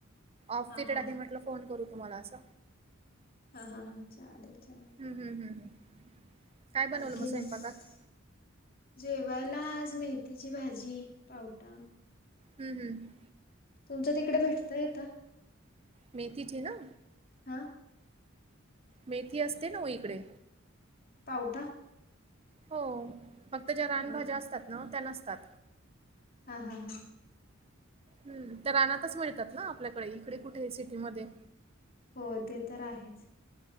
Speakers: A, on the right; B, on the left.
A: ऑफ
B: हां
A: पिरियड
B: हां
A: आहे म्हटलं फोन करू तुम्हाला अस.
B: हा हा हा चालेल, चालेल.
A: हम्म, हम्म, हम्म, हम्म. काय बनवलं
B: बाकी
A: मग
B: नाही
A: स्वयंपाकात
B: <inaudible> जेवायला आज मेथीची भाजी, पावटा
A: हम, हम
B: तुमच तिकडे भेटतय येता
A: मेथीचे ना
B: हा
A: मेथी असते नाओ इकडे
B: पावटा
A: हो फक्त ज्या रानभाज्या
B: हम्म.
A: असतात ना त्या नसतात
B: हा, हा, हा
A: हम त्या रानातच मिळतात ना आपल्याकडे इकडे कुठे सिटीमध्ये
B: हो ते तर आहेच